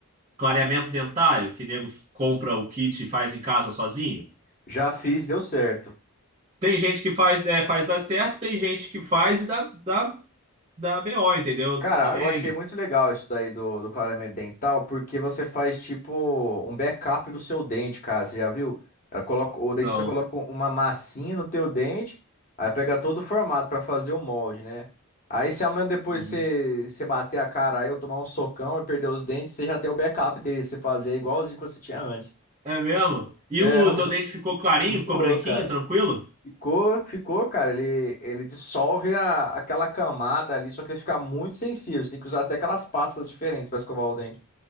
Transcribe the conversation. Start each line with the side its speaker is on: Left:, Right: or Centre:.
Right: Clareamento dentário, que nego compra o kit e faz em casa sozinho.
Left: Já fiz, deu certo.
Right: Tem gente que faz, é, faz dar certo, tem gente que faz e dá, dá, dá BO, entendeu?
Left: Cara,
Right: Dá
Left: eu
Right: M.
Left: achei muito legal isso daí do, do clareamento dental, porque você faz tipo um backup do seu dente, cara. Você já viu? Ela coloca- o dentista
Right: Não.
Left: coloca uma massinha no teu dente, aí pega todo o formato pra fazer o molde, né? Aí se amanhã depois
Right: Uhum.
Left: você, você bater a cara aí, eu tomar um socão e perder os dentes, você já tem o backup dele, você fazer igualzinho que você tinha antes.
Right: É mesmo? E
Left: É,
Right: o
Left: <laughs>
Right: teu dente ficou clarinho,
Left: muito
Right: ficou
Left: louco,
Right: branquinho,
Left: cara.
Right: tranquilo?
Left: Ficou, ficou, cara. Ele, ele dissolve a- aquela camada ali, só que ele fica muito sensível. Você tem que usar até aquelas pastas diferentes para escovar o dente.